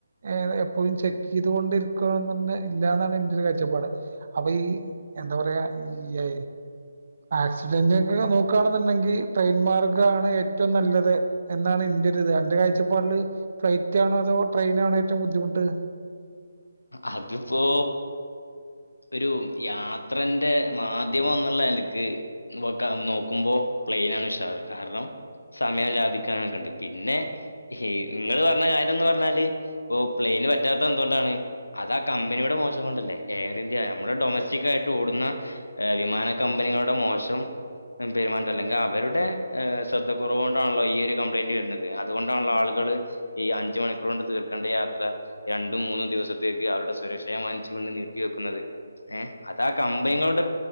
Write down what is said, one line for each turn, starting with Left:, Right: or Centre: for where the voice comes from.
Right: ഏതാ എപ്പോഴും ചെക്കീയ്ത് കൊണ്ട് ഇരിക്കെൽ ഒന്നും തെന്നെ ഇല്ലാന്ന് ആണ് ഇന്റെ ഒരു കാഴ്ചപ്പാട്. അപ്പ ഈ എന്താ പറയാ ഇയ്യെ ആക്സിഡന്റൊ ക്കെ നോക്കുകയാണെന്നുണ്ടെങ്കിൽ ട്രെയിൻ മാർഗാണ് ഏറ്റവും നല്ലത്. എന്നാണ് ഇന്റെ ഒരു ഇത് അന്റെ കാഴ്ചപ്പാടില് ഫ്ലൈറ്റ് ആണോ അതോ ട്രെയിനാണോ ഏറ്റവും ബുദ്ധിമുട്ട്?
Left: അതിപ്പോ ഒരു യാത്രന്റെ മാധ്യമംന്നുള്ള എനിക്ക് ക്ക നോക്കുമ്പോ പ്ലെയിനാണ് ഉഷാറ് കാരണം സമയം ലാഭിക്കാനൊക്കെണ്ട് പിന്നെ ഹേയ് ങ്ങള് പറഞ്ഞ കാര്യം എന്ന് പറഞ്ഞാല് ഇപ്പൊ പ്ലെയിന് പറ്റാത്ത തെ എന്തു കൊണ്ടാണ് അതാ കമ്പനിയുടെ മോശം കൊണ്ടല്ലേ എയർ ഇന്ത്യ നമ്മുടെ ഡൊമസ്റ്റിക് ആയിട്ട് ഓടുന്ന ഏഹ് വിമാന കമ്പനികളുടെ മോശം പെരുമാറ്റം അല്ലെങ്കിൽ അവരുടെ ഹ് ശ്രദ്ധ കുറവ് കൊണ്ടാണല്ലോ ഈ ഒരു കംപ്ലൈന്റ് വരുന്നത് അതു കൊണ്ടാണല്ലോ ആളുകള് ഈ അഞ്ചു മണിക്കൂർ കൊണ്ട് തീർക്കേണ്ട യാത്ര രണ്ടും മൂന്നും ദിവസത്തെ അവരുടെ സുരക്ഷയെ മാനിച്ചു കൊണ്ട് നീട്ട വെക്കുന്നത് ഏഹ് അതാ കമ്പനികളുടെ